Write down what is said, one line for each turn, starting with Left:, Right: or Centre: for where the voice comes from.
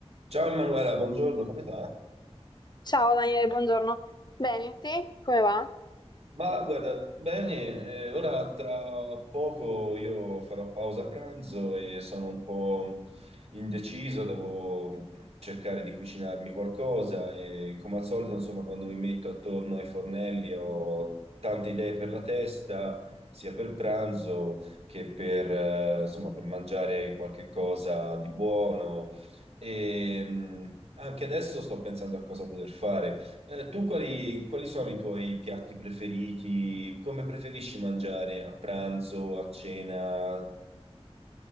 Right: Ciao Emanuela, buongiorno, come sta?
Left: Ciao Daniele, buongiorno. Bene, te come va?
Right: Ma guarda, bene, eh, ora tra poco io farò pausa pranzo e sono un po' indeciso, devo cercare di cucinarmi qualcosa e come al solito, insomma, quando mi metto attorno ai fornelli ho tante idee per la testa, sia per pranzo che per, eh, insomma, per mangiare qualche cosa di buono. E mh, anche adesso sto pensando a cosa poter fare. Eh, tu quali, quali sono i tuoi piatti preferiti? Come preferisci mangiare a pranzo, a cena?